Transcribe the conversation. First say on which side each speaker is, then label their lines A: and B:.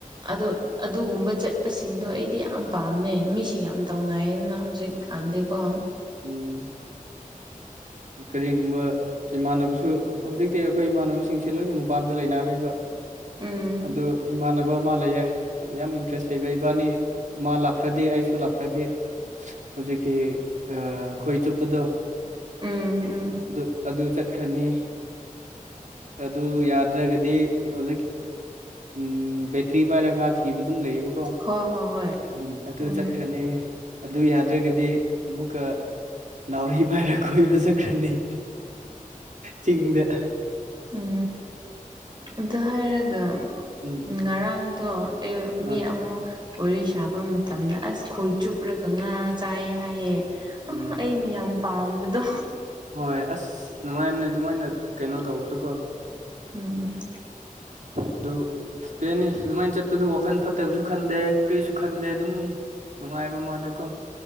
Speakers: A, on the right; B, on the right.
A: ꯑꯗꯣ ꯑꯗꯨꯒꯨꯝꯕ ꯆꯠꯄꯁꯤꯡꯗꯣ ꯑꯩꯗꯤ ꯌꯥꯝ ꯄꯥꯝꯃꯦ ꯃꯤꯁꯤꯡ ꯌꯥꯝ ꯇꯧꯅꯥꯏꯌꯦꯅ ꯍꯧꯖꯤꯛ ꯈꯥꯟꯗꯀ
B: ꯎꯝ ꯀꯔꯤꯒꯨꯝꯕ ꯏꯃꯥꯟꯅꯕꯁꯨ ꯍꯧꯖꯤꯛꯇꯤ ꯑꯩꯈꯣꯏ ꯏꯃꯥꯟꯅꯕꯁꯤꯡꯁꯦ ꯂꯣꯏꯅ ꯃꯄꯥꯟꯗ ꯂꯩꯅꯔꯦꯕ
A: ꯎꯝ
B: ꯑꯗꯨ ꯏꯃꯥꯟꯅꯕ ꯑꯃ ꯂꯩꯌꯦ ꯌꯥꯝ ꯏꯟꯇꯔꯦꯁ ꯂꯩꯕ ꯏꯕꯥꯅꯤ ꯃꯥ ꯂꯥꯛꯈ꯭ꯔꯗꯤꯦ ꯑꯩꯁꯨ ꯂꯥꯛꯈ꯭ꯔꯗꯤꯦ ꯍꯧꯖꯤꯛꯀꯤ ꯈꯣꯏ ꯆꯨꯞꯄꯗꯣ
A: ꯎꯝ ꯎꯝ
B: ꯑꯗꯨ ꯑꯗꯨ ꯆꯠ ꯆꯠꯈ꯭ꯔꯅꯤ ꯑꯗꯨ ꯒꯗꯤ ꯑꯣ ꯎꯝ ꯕꯇ꯭ꯔꯤ ꯄꯥꯏꯔ ꯊꯤꯕ ꯑꯗꯨꯝ ꯂꯩꯌꯦꯕꯀꯣ
A: ꯍꯣꯏ ꯍꯣꯏ ꯍꯣꯏ
B: ꯎꯝ ꯑꯗꯨ
A: ꯈꯪꯉꯦ
B: ꯆꯠꯈ꯭ꯔꯅꯤ ꯑꯗꯨ ꯌꯥꯗ꯭ꯔꯒꯗꯤ ꯑꯃ ꯑꯃꯨꯀ ꯅꯥꯎꯔꯤ ꯄꯥꯏꯔ ꯀ ꯍꯧ ꯆꯠꯈ꯭ꯔꯅꯤ ꯆꯤꯡꯗ
A: ꯎꯝ ꯑꯗꯨ ꯍꯥꯏꯔꯒ
B: ꯎꯝ
A: ꯉꯔꯥꯡꯗꯣ ꯑꯩ
B: ꯍꯣꯏ
A: ꯃꯤ ꯑꯃꯨꯛ ꯋꯥꯔꯤ ꯁꯥꯕ ꯃꯇꯝꯗ ꯑꯁ ꯈꯣꯏ ꯆꯨꯞꯂꯒ ꯉꯥ ꯆꯥꯏꯑ ꯍꯥꯏꯌꯦꯦ ꯑ
B: ꯎꯝ
A: ꯑꯩꯅ ꯌꯥꯝ ꯄꯥꯝꯕꯗꯣ
B: ꯍꯣꯏ ꯑꯁ ꯅꯨꯡꯉꯥꯏꯝꯅꯦ ꯑꯗꯨꯃꯥꯏꯅ ꯀꯩꯅꯣ ꯇꯧꯕꯁꯨ ꯀꯣ
A: ꯎꯝ
B: ꯑꯗꯨ ꯀ꯭ꯔꯦꯅꯤ ꯑꯗꯨꯃꯥꯏꯅ ꯆꯠꯄꯗꯨ ꯋꯥꯈꯟ ꯐꯠꯇꯕꯁꯨ ꯈꯟꯗꯦ ꯀ꯭ꯦꯁꯨ ꯈꯟꯗꯦ ꯑꯗꯨꯝ ꯅꯨꯡꯉꯥꯏꯕ ꯃꯥꯜꯗꯦꯀꯣ